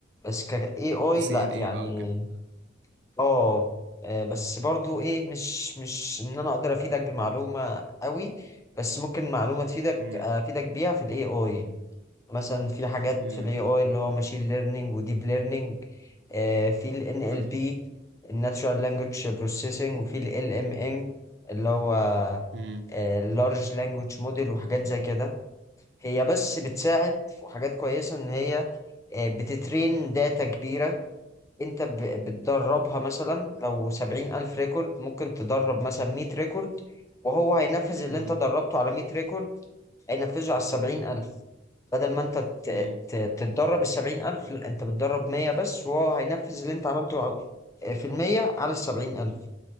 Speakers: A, on the left; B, on the right.
A: بس ك اي اي
B: تسي
A: لا
B: ان ايه
A: يعني
B: بقى وكده
A: اه آه، بس برضو ايه مش مش ان انا اقدر افيدك بمعلومه قوي بس ممكن معلومه تفيدك
B: امم
A: افيدك بيها في الاي اي مثلا في حاجات
B: امم
A: في الاي اي اللي هو ماشين ليرنينج وديب ليرنينج في ال NLP
B: حلو
A: الناتشورال لانجوج بروسيسنج وفي ال LMM اللي هو
B: امم
A: اللارج لانجوج موديل وحاجات زي كده هي بس بتساعد في حاجات كويسة ان هي آه، بتترين داتا كبيرة انت ب- بتدربها مثلا لو سبعين ألف ريكورد ممكن تدرب مثلا مية ريكورد وهو هينفذ اللي
B: امم
A: انت دربته على مية ريكورد هينفذه على السبعين ألف. بدل ما انت ت-
B: امم
A: ت- تتدرب السبعين ألف لا انت بتدرب مية بس وهو هينفذ اللي انت عملته ع- في المية على السبعين ألف